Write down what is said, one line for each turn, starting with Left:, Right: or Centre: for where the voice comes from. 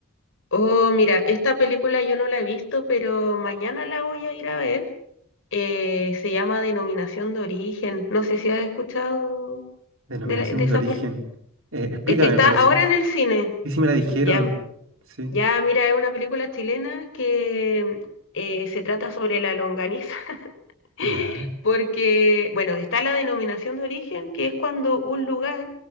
Left: Oh, mira, esta película yo no la he visto, pero mañana la voy a ir a ver. Eh, se llama Denominación de Origen. No sé si has escuchado
Right: Denominación
Left: de, la- de esa
Right: de origen.
Left: peli.
Right: Eh, explícame,
Left: Es que está
Right: pero
Left: ahora
Right: si, si,
Left: en el cine.
Right: si me la dijeron.
Left: Ya,
Right: Sí,
Left: ya, mira, es una película chilena que eh, se trata sobre la longaniza. <laughs> <laughs>
Right: ya,
Left: Porque, bueno, está la denominación de origen, que es cuando un lugar